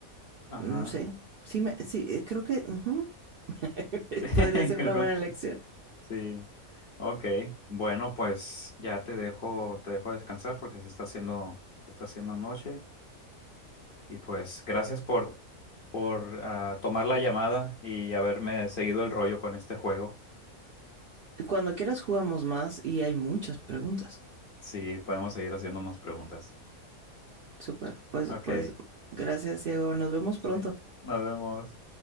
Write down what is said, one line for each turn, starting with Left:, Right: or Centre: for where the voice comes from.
Left: ajá.
Right: Mm, sí. Sí, me, sí, eh, creo que ujú. <laughs>
Left: <laughs>
Right: Podría ser una buena elección.
Left: Sí. Ok, bueno, pues ya te dejo, te dejo descansar porque se está haciendo, se está haciendo noche y pues gracias por, por ah, tomar la llamada y haberme seguido el rollo con este juego.
Right: Cuando quieras jugamos más y hay muchas preguntas.
Left: Sí, podemos seguir haciéndonos preguntas.
Right: Súper. Pues,
Left: Ok,
Right: pues, gracias, Diego. Nos vemos
Left: sí,
Right: pronto.
Left: nos vemos.